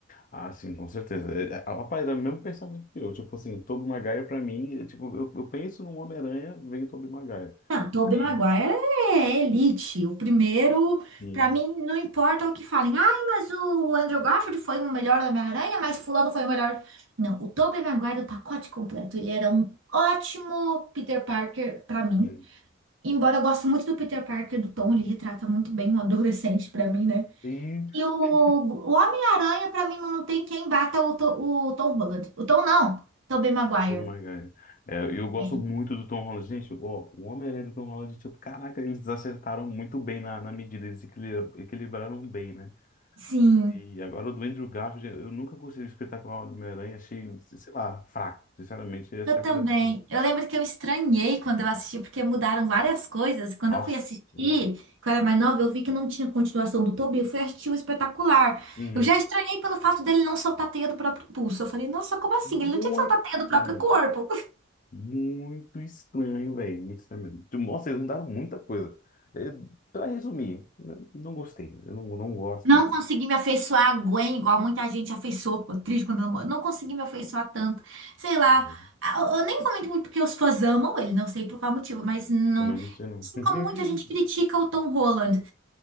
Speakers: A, on the left; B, on the right.
A: Ah, sim, com certeza. É, é, Rapaz, é o mesmo pensamento que eu. Tipo assim, Tobey Maguire pra mim, é, tipo, eu, eu penso no Homem-Aranha, vem Tobey Maguire.
B: Não, Tobey
A: Aí,
B: Maguire é elite. O primeiro,
A: sim,
B: pra mim, não importa o que falem. Ai, mas o Andrew Garfield foi o melhor da Homem-Aranha, mas fulano foi o melhor. Não, o Tobey Maguire é o pacote completo. Ele era um ótimo Peter Parker pra mim.
A: <laughs> sim.
B: Embora eu goste muito do Peter Parker, do Tom, ele retrata muito bem um adolescente pra mim, né?
A: Isso.
B: E o, o Homem-Aranha, pra mim, não tem quem bata o, To- o Tom Holland. O Tom não, Tobey Maguire.
A: Tobey Maguire. É, eu gosto
B: É.
A: muito do Tom Holland. Gente, ó, o Homem-Aranha do Tom Holland, tipo, caraca, eles acertaram muito bem na, na medida, eles equili- equilibraram bem, né?
B: Sim.
A: E agora o do Andrew Garfield, eu nunca gostei do espetacular do Homem-Aranha, achei, sei lá, fraco, sinceramente, essa
B: Eu
A: é a
B: também.
A: verdade.
B: Eu lembro que eu estranhei quando eu assisti, porque mudaram várias coisas. Quando
A: Nossa,
B: eu fui assistir,
A: meu Deus.
B: que eu era mais nova, eu vi que não tinha continuação do Toby. Eu fui assistir o Espetacular.
A: Uhum.
B: Eu já estranhei pelo fato dele não soltar a teia do próprio pulso. Eu falei, nossa, como assim?
A: Muito
B: Ele não tinha que soltar a teia
A: estranho.
B: do próprio corpo. <laughs>
A: Muito estranho, velho. Muito estranho mesmo. Tipo, Nossa, eles mudaram muita coisa. É, pra resumir, n- não gostei. Eu não, não gosto.
B: Não
A: do-
B: consegui me afeiçoar a Gwen, igual muita gente afeiçoou, ficou triste quando ela morreu. Não consegui me afeiçoar tanto. Sei lá.
A: <laughs>
B: Ah, Eu eu nem comento muito porque os fãs amam ele, não sei por qual motivo, mas não.
A: Também não sei, não.
B: Assim
A: <laughs>
B: como muita gente critica o Tom Holland.